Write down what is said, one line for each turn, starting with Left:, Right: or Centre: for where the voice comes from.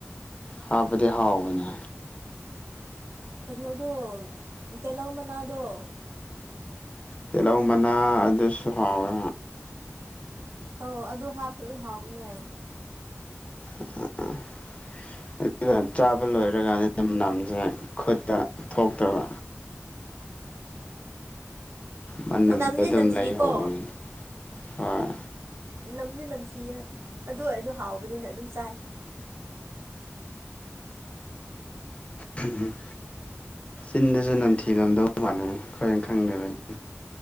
Left: ꯍꯥꯕꯗꯤ ꯍꯥꯎꯕꯅꯤ
Right: ꯀꯩꯅꯣꯗꯣ ꯇꯦꯍꯧ ꯃꯅꯥꯗꯣ
Left: ꯇꯤꯜꯍꯧ ꯃꯅꯥ ꯑꯗꯨꯁꯨ ꯍꯥꯎꯋꯦ
Right: ꯑ ꯑꯗꯨ ꯍꯥꯞꯄ ꯍꯥꯎꯕꯅꯦ
Left: ꯑꯥ ꯑꯗꯨꯗꯨ ꯆꯥꯕ ꯂꯣꯏꯔꯀꯥꯟꯅꯤꯗ ꯃꯅꯝꯁꯦ ꯈꯨꯠꯇ ꯊꯣꯛꯇꯕ ꯃꯗ
Right: ꯅꯝꯗꯤ
Left: ꯑꯗꯨꯝ
Right: ꯅꯝꯊꯤꯀꯣ
Left: ꯂꯩꯍꯧꯕꯅꯤ ꯍꯣꯏ
Right: ꯅꯝꯗꯤ ꯅꯝꯊꯤꯌꯦ ꯑꯗꯨ ꯑꯣꯏꯔꯁꯨ ꯍꯥꯎꯕꯅꯤꯅ ꯑꯗꯨꯝ ꯆꯥꯏ
Left: ꯎꯝ ꯆꯤꯟꯗꯁꯨ ꯅꯝꯊꯤꯂꯝꯗꯧ ꯃꯥꯜꯂꯦ ꯈꯔꯦꯟ ꯈꯪꯗꯕꯅꯤ